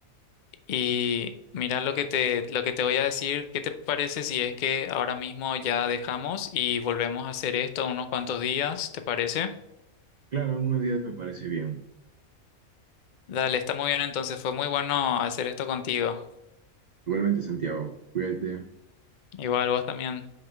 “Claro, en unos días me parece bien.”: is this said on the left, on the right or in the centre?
Right